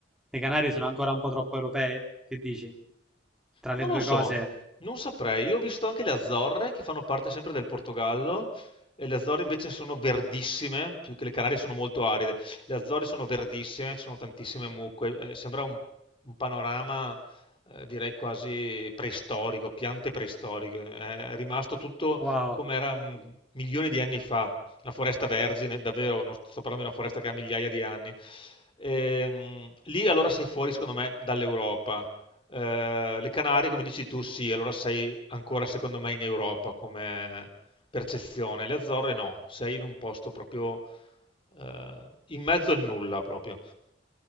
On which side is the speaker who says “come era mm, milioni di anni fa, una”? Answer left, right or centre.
Left